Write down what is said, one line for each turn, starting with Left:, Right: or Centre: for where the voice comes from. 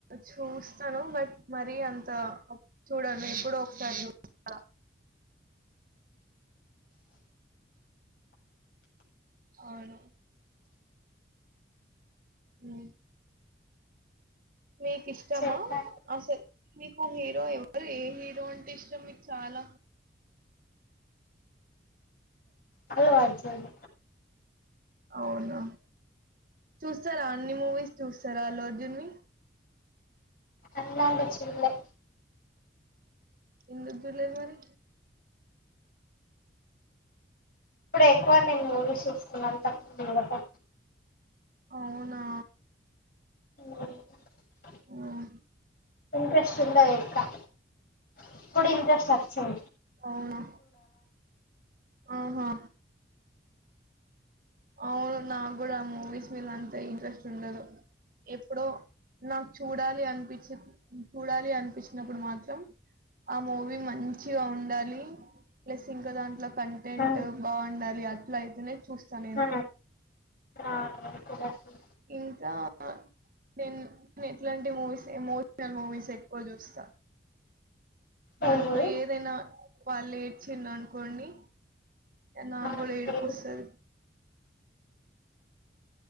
Right: చూస్తాను బట్ మరి అంత చూడను ఎప్పుడో ఒకసారి చూస్తా అవును మ్ మీకు ఇష్టమా
Left: చెప్తాను
Right: అసలు మీకు హీరో ఎవరు ఏ హీరో అంటే ఇష్టం మీకు చాలా
Left: అల్లు అర్జున్
Right: అవునా చూస్తారా అన్ని మూవీస్ చూస్ తురా అల్లుఅర్జున్ ని
Left: అన్నోళ్ళది చూడలా
Right: ఎందుకు చూడలేదు మరి
Left: ఇప్పుడు ఎక్కువ నేను మూవీస్ చూసుకున్నాను తకు
Right: అవునా
Left: ఉ
Right: ఆఓ
Left: ఇంట్రెస్ట్ ఇంద ఇక్క ఇప్పుడు ఇంట్రెస్ట్ వం
Right: అవునా ఆహా అవును నాకు కూడా ఆ మూవీస్ మీద అంత ఇంట్రెస్ట్ ఉండదు ఎప్పుడో నాకు చూడాలి అనిపించి చూడాలి అనిపించినప్పుడు మాత్రం ఆ మూవీ మంచిగా ఉండాలి ప్లస్ ఇంకా దాంట్లో కంటెంట్
Left: ఆ
Right: బాగుండాలి అట్లా అయితేనే చూస్త నేను
Left: ఆ ఆ నేను కూడా చూడ
Right: ఇకా నేను నేను ఎట్లాంటి మూవీస్ ఎమోషనల్ మూవీస్ ఎక్కువ చూస్తా దాంట్లో
Left: ఏం మూవీ
Right: ఏదైనా వాళ్ళు ఏడ్చింది అనుకోండి నా
Left: ఆ
Right: కూడా ఏడిపుొస్తుంది
Left: ఏది